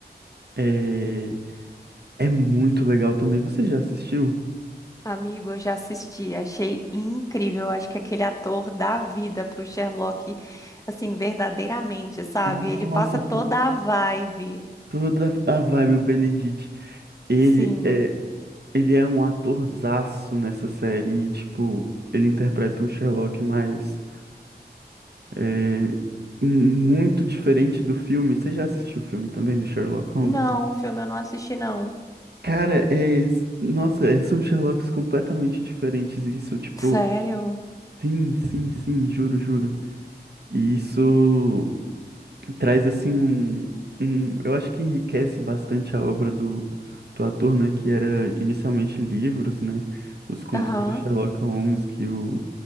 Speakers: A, on the right (about 70°); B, on the left (about 20°).
A: É, é muito legal também. Você já assistiu?
B: Amigo, eu já assisti, achei incrível. Acho que aquele ator dá vida pro Sherlock, assim, verdadeiramente, sabe?
A: Nossa,
B: Ele passa toda
A: total
B: a vibe.
A: toda a vibe o Benedict. Ele
B: Sim.
A: é, ele é um atorzaço nessa série. e, tipo, ele interpreta um Sherlock mais é, m- muito diferente do filme. Você já assistiu o filme também do Sherlock Holmes?
B: Não, o filme eu não assisti, não.
A: Cara, é. Nossa, é- são Sherlocks completamente diferentes. e Isso, tipo,
B: Sério?
A: sim, sim, sim, juro, juro. E isso traz, assim, um, um. Eu acho que enriquece bastante a obra do, do ator, né? Que era inicialmente livros, né? Os contos
B: Aham.
A: do Sherlock Holmes que o,